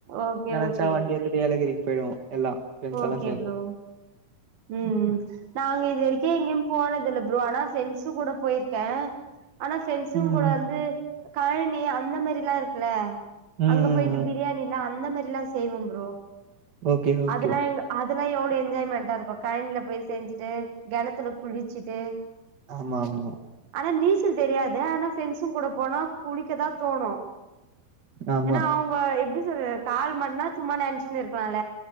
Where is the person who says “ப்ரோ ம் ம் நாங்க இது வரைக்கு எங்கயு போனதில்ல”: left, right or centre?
Right